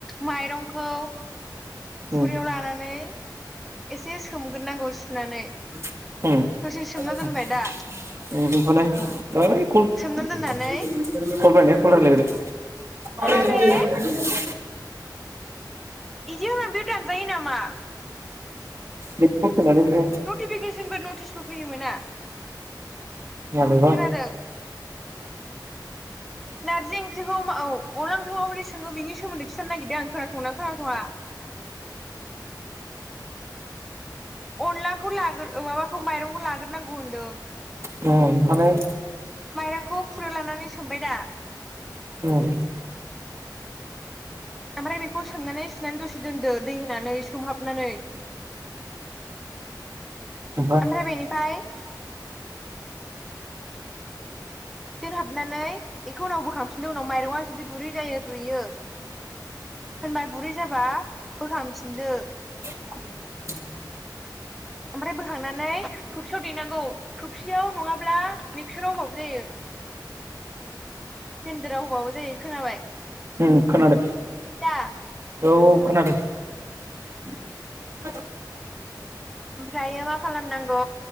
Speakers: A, in the centre; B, on the right (about 40°).
A: माइरंखौ
B: उम
A: खुरैयाव लानानै एसे सोमगोरनांगौ सुनानै
B: ओम
A: दसे
B: <unintelligible>
A: सोमना दोनबाय दा
B: है कल कल
A: सोमना दोननानै
B: <unintelligible> कल रायलायगोन दे
A: हारे
B: <inaudible>
A: इदि होननानै बेयाव दानजायो नामा?
B: बे कल फैनानै नोङो
A: नटिफिकेसनबो नटिसबो फैनो मोना
B: मालायबा
A: खोनादों नारजि ओंख्रिखौ मा औ अनला ओंख्रिखौ माबोरै सङो बिनि सोमोन्दै खिथानो नागिरदों आं खोनासंङोना खोनासङा अनलाखौ लागोर ओ माबाखौ माइरंखौ लागोरनांगौ होनदों
B: उम खोनासं दे
A: माइरंखौ खुरैआव लानानै सोमबाय दा
B: होन उम
A: ओमफ्राय बेखौ सोमनानै सुनानै दसे दोनदो दै होनानै सोमहाबनानै
B: ओमफ्रायलाय उम
A: ओमफ्राय बेनिफ्राय दोनहाबनानै बेखौ उनाव बोखांफिनददों उनाव माइरङा जुदि गुरै जायो रुइयो होनबा गुरै जाबा बोखांफिनदो
B: <inaudible>
A: ओमफ्राय बोखांनानै थफसियाव दैेनांगौ थफसियाव नङाब्ला मिक्साराव होबाबो जायो। केनदेराव होबाबो जायो खोनाबाय
B: उम खोनादों
A: दा
B: औ
A: उम
B: औ खोनादों <inaudible>
A: ओमफ्रायो मा खालामनांगौ